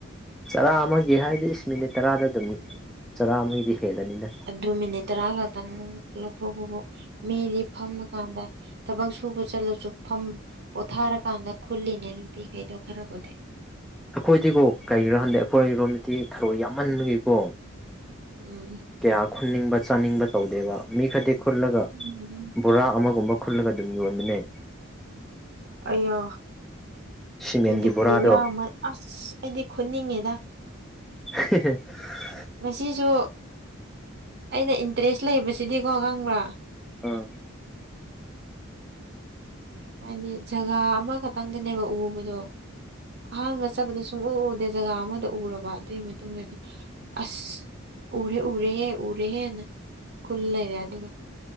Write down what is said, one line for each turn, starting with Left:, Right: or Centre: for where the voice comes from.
Centre: ꯆꯔꯥ ꯑꯃꯒꯤ ꯍꯥꯏꯗꯤ ꯏꯁ ꯃꯤꯅꯤꯠ ꯇꯔꯥꯗ ꯑꯗꯨꯝ ꯆꯔꯥ ꯑꯃꯒꯤꯗꯤ ꯍꯦꯜꯂꯅꯤꯅ
Right: ꯑꯗꯨ ꯃꯤꯅꯤꯠ ꯇꯔꯥ ꯈꯛꯇꯪ ꯂꯧꯊꯣꯛꯄꯕꯨ ꯃꯤꯗꯤ ꯀꯥꯟꯗ ꯊꯕꯛ ꯁꯨꯕ ꯆꯠꯂꯁꯨ ꯐ ꯄꯣꯊꯥꯔꯀꯥꯟꯗ ꯈꯨꯜꯂꯤꯅꯦ ꯅꯨꯄꯤꯈꯩꯗꯣ ꯈꯔꯕꯨꯗꯤ
Centre: ꯑꯩꯈꯣꯏꯗꯤꯀꯣ ꯀꯔꯤꯒꯤꯔꯣ ꯍꯟꯗꯦ ꯑꯩꯈꯣꯏꯔꯣꯝꯗꯗꯤ ꯊꯔꯣꯏ ꯌꯥꯝꯃꯟꯕꯒꯤꯀꯣ
Right: ꯎꯝ
Centre: ꯀꯌꯥ ꯈꯨꯟꯅꯤꯡꯕ ꯆꯥꯅꯤꯡꯕ ꯇꯧꯗꯦꯕ ꯃꯤ ꯈꯔꯗꯤ ꯈꯨꯜꯂꯒ
Right: ꯎꯝ
Centre: ꯕꯣꯔꯥ ꯑꯃꯒꯨꯝꯕ ꯈꯨꯠꯂꯒ ꯑꯗꯨꯝ ꯌꯣꯟꯕꯅꯦ
Right: ꯑꯌꯣ
Centre: ꯁꯤꯃꯦꯟꯒꯤ
Right: ꯑꯗꯨꯗꯤ
Centre: ꯕꯣꯔꯥꯗꯣ
Right: ꯈꯨꯌꯥꯃ ꯑꯁ ꯑꯩꯗꯤ ꯈꯨꯠꯅꯤꯡꯉꯦꯗ
Centre: <inaudible>
Right: ꯉꯁꯤꯁꯨ ꯑꯩꯅ ꯏꯟꯇꯔꯦꯁ ꯂꯩꯕꯁꯤꯗꯤꯀꯣ ꯈꯪꯕ꯭ꯔꯥ
Centre: ꯑꯥ
Right: ꯍꯥꯏꯗꯤ ꯖꯒꯥ ꯑꯃꯈꯛꯇꯪꯗꯅꯦꯕ ꯎꯕꯗꯣ ꯑꯍꯥꯡꯥꯟꯕ ꯆꯠꯄꯗ ꯈꯪꯎ ꯎꯗꯦ ꯖꯒꯥ ꯑꯃꯗ ꯎꯔꯕ ꯑꯗꯨꯒꯤ ꯃꯇꯨꯡꯗꯗꯤ ꯑꯁ ꯎꯔꯦ ꯎꯔꯦꯦ ꯎꯔꯦ ꯍꯦ ꯅ ꯈꯨꯜ ꯂꯩꯔꯦ ꯑꯗꯨꯒ